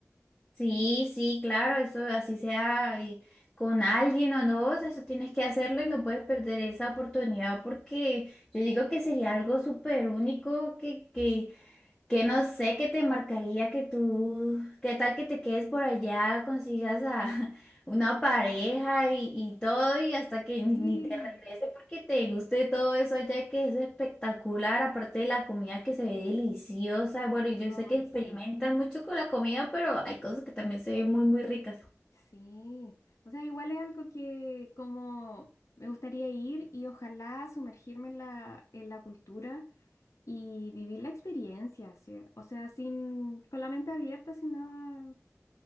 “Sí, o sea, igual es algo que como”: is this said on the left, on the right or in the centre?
Left